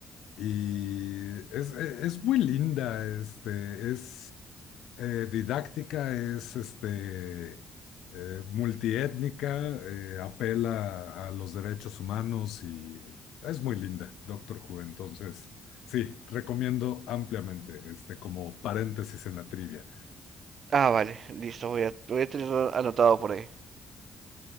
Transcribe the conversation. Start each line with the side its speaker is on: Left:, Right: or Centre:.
Left: Y es, e- es muy linda, este, es eh, didáctica, es este, eh, multiétnica, eh, apela a los derechos humanos y es muy linda, Doctor Who. Entonces, sí, recomiendo ampliamente, este, como paréntesis en la trivia.
Right: Ah, vale, listo, voy a, voy a tenerlo anotado por ahí.